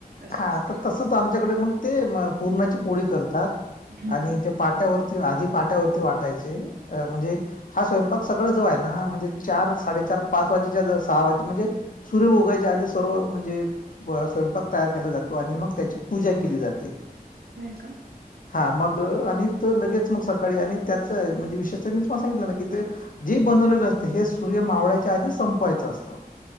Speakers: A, on the right; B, on the left.
A: असं
B: हा
A: असते
B: तर तसच आमच्याकडे मग ते पुरणाची पोळी करतात.
A: ह
B: आणि ते पाट्यावरती आधी पाट्यावरती वाटायचे. म्हणजे हा स्वयंपाक सगळंच जो आहेना ना म्हणजे चार साडेचार पाच वाजेच्या सहा वाजे म्हणजे सूर्य उगवायच्या आधी सर्व म्हणजे पुरा स्वयंपाक तयार केला जातो आणि मग त्याची पूजा केली जाते.
A: होय का
B: हा मग आणि तर लगेच च मग सकाळी आणि त्याच म्हणजे विशेष मी पास्ट सांगितलं ना की ते जे बनवलेलं असते हे सूर्य मावळ्याच्या आधीच संपवायचं असतं.